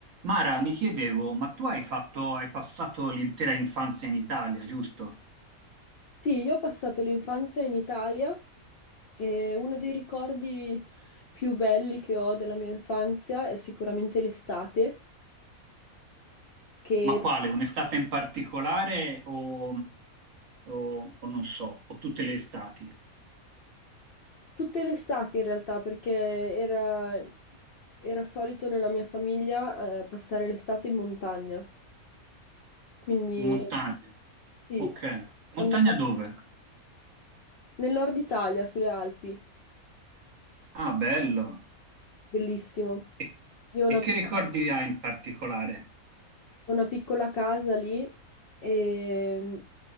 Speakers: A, on the right; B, on the left.
A: Mara, mi chiedevo, ma tu hai fatto, hai passato l'intera infanzia in Italia, giusto?
B: Sì, io ho passato l'infanzia in Italia e uno dei ricordi più belli che ho della mia infanzia è sicuramente l'estate, che
A: Ma quale? Un'estate in particolare o, o- o non so, o tutte le estati?
B: tutte le estati in realtà, perché era, era solito nella mia famiglia eh, passare l'estate in montagna. Quindi
A: Montagne.
B: sì,
A: Ok.
B: andavo
A: Montagna dove?
B: nel nord Italia, sulle Alpi,
A: Ah, bello.
B: bellissimo.
A: E,
B: Io ho una
A: e che
B: piccola
A: ricordi hai in particolare?
B: Ho una piccola casa lì e